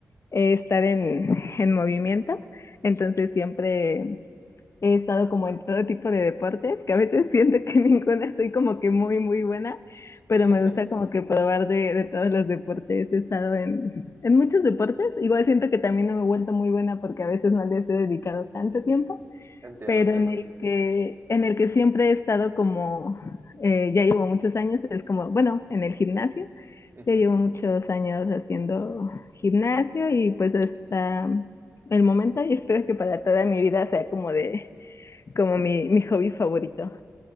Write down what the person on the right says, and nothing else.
<laughs>
Entiendo,
entiendo.
Ujú.